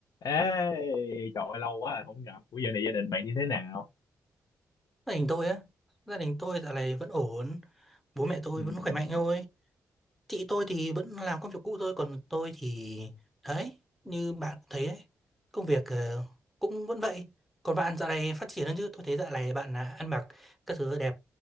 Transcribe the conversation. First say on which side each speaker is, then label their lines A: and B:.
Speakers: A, on the left; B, in the centre.
A: Ê, trời ơi, lâu quá rồi không gặp. Ủa giờ này gia đình bạn như thế nào?
B: Gia đình tôi á, gia đình tôi dạo này vẫn ổn, bố mẹ tôi
A: Ừm,
B: vẫn khỏe mạnh thôi. Chị tôi thì vẫn làm công việc cũ thôi, còn tôi thì đấy, như bạn thấy đấy, công việc ờ, cũng vẫn vậy. Còn bạn dạo này phát triển hơn chứ? Tôi thấy dạo này bạn là ăn mặc các thứ đẹp,